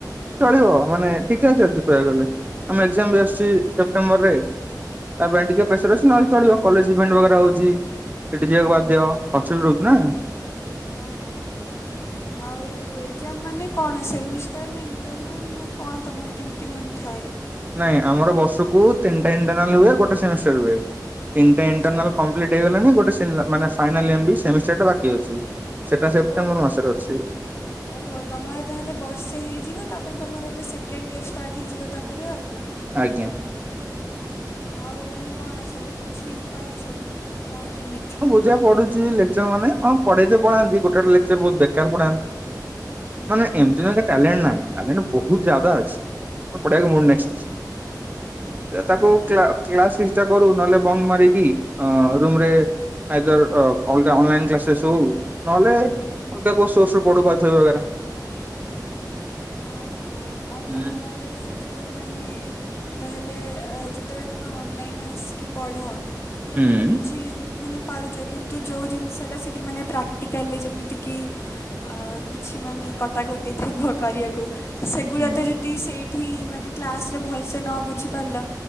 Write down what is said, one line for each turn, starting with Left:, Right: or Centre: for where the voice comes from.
Right: ଚଳିବ ମାନେ ଠିକ ଠାକ୍ ଚାଲିଛି କହିବାକୁ ଗଲେ ଆମେ ଏକ୍ଜାମ ବି ଆସୁଛି ସେପ୍ଟେମ୍ବରରେ ତା ପାଇଁ ଟିକେ ପ୍ରେସର ଅଛି ନହେଲେଚଳିବ କଲେଜ ଇଭେଣ୍ଟ ବଗେରା ହଉଛି ସେଠି ଯିବାକୁ
Left: ହୁଁ
Right: ବାଧ୍ୟ ହଷ୍ଟେଲ ରହୁଚୁ ନା।
Left: ଅ ହ
Right: <inaudible>
Left: ଆଉ ଏକ୍ଜାମ ମାନେ କଣ ସେମିଷ୍ଟର ନା ଇଣ୍ଟରନାଲ୍ ନା କଣ ତମର କେମିତି କଣ ଥାଏ?
Right: ନାଇଁ ଆମର ବର୍ଷ କୁ ତିନିଟା ଇଣ୍ଟରନାଲ ହୁଏ ଗୋଟେ ସେମିଷ୍ଟର ହୁଏ ତିନିଟା
Left: ଆଚ୍ଛା
Right: ଇଣ୍ଟରନାଲ କ ପ୍ଲିଟ ହେଇଗଲାଣି ଗୋଟେ ମାନେ ଫାଇନାଲ ଏମ ବି ସେମିଷ୍ଟର ଟା ବାକି ଅଛି। ସେଟା ସେପ୍ଟେମ୍ବର
Left: ଓହୋ
Right: ମାସରେ ଅଛି।
Left: ଓହୋ ତମର ତାହେଲେ ବର୍ଷେ ହେଇଯିବ ତାପରେ ତମର ଏବେ ସେକେଣ୍ଡ ଇୟର ଷ୍ଟାର୍ଟ ହେଇଯିବ ତାପରେ ଆଉ ନା। କଣ
Right: ଆଜ୍ଞା।
Left: ଆଉ ମାନେ କଣ ସବୁ ବୁଝି ପାରୁଛ ନା। କଣ କେମିତି?
Right: ପା ପଢୁଛି ଲେକ୍ଚର ମାନେଁ ପଢେଇ ପଢାନ୍ତି ଗୋଟେ ଗୋେ ଲେଚର ବହୁତ ବେକାର ପଢାନ୍ତି
Left: ହୁଁ
Right: ମାନେ ଏମତି ନ ଟ୍ୟାଲଣ୍ଟ ନାଇ ଟ୍ୟାଲେଣ୍ଟ ବହୁତ ଜଦା ଅଛି। ପଢିବାକୁ ମୁଡ୍
Left: ହଁ
Right: ନାହିଁ, ଯ ତାକୁ
Left: ଆରେ
Right: କ୍ଲା କ୍ଲାସ ଚୋ କରୁ ନହେଲେ ବଙ୍ଗ ମାରିକି ରୁମରେ ଆଇଦର୍ ର ଅଲଗା ଅନଲାଇନ କ୍ଲାସେସ ହଉ ନହେଲେ
Left: ହୁଁ।
Right: ଅଲଗା କୋଉସୋର ପଢ ସେ ବଗେରା।
Left: ଅ ହୋ ଆଉ
Right: ହୁଁ
Left: ତମର ସେଇ ଯୋଉ ମାନେ ତାହେଲେ ଯେତେବେଳେ ତମେ ଅନଲାଇନ ଆସିକି ପଢ ତ ତମେ
Right: ହୁଁ।
Left: ତ ବୁଝି ମାନେ ପାରୁଛ କିନ୍ତୁ ଯୋଉ ଜିନିଷଟା ସେଇଠି ମାନେ ପ୍ରାକ୍ଟିକାଲରେ ଯେମିତିକି ଅ କିଛି ମାନେ କଟାକଟି ଥିବ କରିବାକୁ ସେଗୁଡା
Right: ହୁଁ।
Left: ତ ଯ ଦି ସେଇଠି ମାନେ କ୍ଲାସ ରେ ଭଲସେ ନ ବୁଝିପାରିଲ